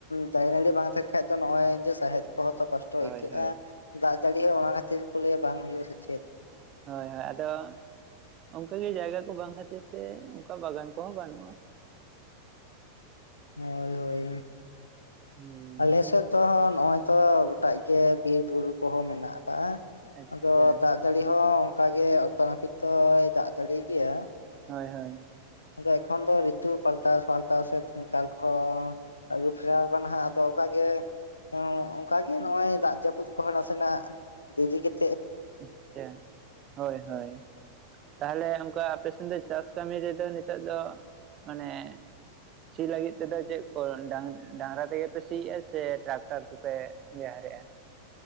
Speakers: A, on the left; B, on the right.
A: ᱫᱟᱨᱮᱼ ᱱᱟᱹᱲᱤ ᱵᱟᱝ ᱛᱟᱦᱮᱱ ᱠᱷᱟᱡ ᱫᱚ ᱱᱚᱜᱼᱚᱭ ᱡᱮ ᱥᱟᱦᱮᱫ ᱠᱚᱛᱚ ᱠᱚᱥᱴᱚ
B: ᱦᱳᱭ
A: ᱟᱹᱭᱠᱟᱹᱜᱼᱟ
B: ᱦᱳᱭ
A: ᱫᱟᱜ ᱡᱟᱹᱲᱤ ᱦᱚᱸ ᱚᱱᱟ ᱠᱷᱟᱹᱛᱤᱨ ᱠᱚ ᱞᱟᱹᱭᱟ ᱵᱟᱝ ᱦᱩᱭᱩᱜᱼᱟ ᱥᱮ ᱪᱮᱫ
B: ᱦᱳᱭ ᱦᱳᱭ ᱟᱫᱚ ᱚᱱᱠᱟᱜᱮ ᱡᱟᱭᱜᱟ ᱠᱚ ᱵᱟᱝ ᱠᱷᱟᱹᱛᱤᱨ ᱛᱮ ᱚᱱᱠᱟ ᱵᱟᱜᱟᱱ ᱠᱚᱦᱚᱸ ᱵᱟᱹᱱᱩᱜᱼᱟ
A: ᱦᱳᱭ ᱦᱳᱭ
B: ᱦᱩᱸ
A: ᱟᱞᱮ ᱥᱮᱫ ᱫᱚ <inaudible> ᱱᱚᱜᱼᱚᱭ ᱛᱚ ᱜᱚᱴᱟᱜ ᱜᱮ ᱵᱤᱨ ᱵᱩᱨᱩ ᱠᱚᱦᱚᱸ ᱢᱮᱱᱟᱜ ᱠᱟᱜᱼᱟ
B: ᱟᱪᱪᱷᱟ
A: ᱟᱫᱚ ᱫᱟᱜ ᱡᱟᱹᱲᱤ ᱦᱚᱸ ᱚᱱᱠᱟ ᱜᱮ ᱚᱠᱛᱚ ᱱᱟᱹᱯᱤᱛ ᱦᱚᱭ ᱫᱟᱜ ᱫᱟᱲᱤ ᱜᱮᱭᱟ
B: ᱦᱳᱭ ᱦᱳᱭ
A: ᱮᱠᱷᱚᱱ ᱫᱚ ᱨᱤᱛᱩ ᱯᱟᱞᱴᱟ ᱯᱟᱞᱴᱟᱣ ᱥᱮ ᱠᱟᱞ ᱠᱚ ᱟᱹᱜᱩᱯᱷᱮᱨᱟᱣ ᱠᱟᱱᱟ ᱦᱟᱸᱜ ᱟᱫᱚ ᱚᱱᱠᱟ ᱜᱮ ᱳ ᱚᱱᱠᱟᱜᱮ ᱱᱚᱜᱼᱚᱭ ᱫᱟᱜ ᱡᱟᱹᱯᱩᱫ ᱠᱚᱦᱚᱸ ᱱᱟᱥᱮᱱᱟᱜ ᱫᱤᱨᱤ ᱠᱟᱛᱮ
B: ᱟᱪᱪᱷᱟ ᱦᱳᱭ ᱦᱳᱭ ᱛᱟᱦᱚᱞᱮ ᱚᱱᱠᱟ ᱟᱯᱮ ᱥᱮᱱ ᱫᱚ ᱪᱟᱥ ᱠᱟᱹᱢᱤ ᱨᱮᱫᱚ ᱱᱤᱛᱚᱜ ᱫᱚ ᱢᱟᱱᱮ ᱥᱤ ᱞᱟᱹᱜᱤᱫ ᱛᱮᱫᱚ ᱪᱮᱫ ᱠᱚ ᱰᱟᱝ ᱰᱟᱝᱨᱟ ᱛᱮᱜᱮ ᱯᱮ ᱥᱤᱭ ᱟ ᱥᱮ ᱴᱨᱟᱠᱴᱟᱨ ᱠᱚᱯᱮ ᱵᱮ <inaudible> ᱫ <unintelligible>